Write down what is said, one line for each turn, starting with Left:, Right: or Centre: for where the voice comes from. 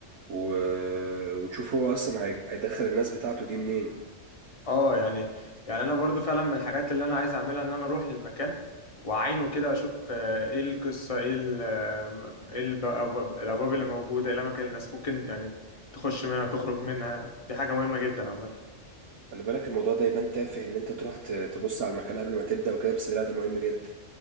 Right: و... وتشوف هو اصلا هي... هيدخل الناس بتاعته دي منين
Left: اه يعني يعني انا برضو فعلا من الحاجات اللي انا عايز اعملها ان انا اروح للمكان واعاينه كده اشوف آه، ايه القصه ايه ال- آه، ايه الب- الابواب الأبواب اللي موجوده ايه الاماكن اللي الناس ممكن يعني تخش منها تخرج منها دي حاجه مهمه جدا عامه
Right: خلي بالك الموضوع ده يبان تافه ان انت تروح ت... تبص على المكان قبل ما تبدأ وكده بس لا ده مهم جدا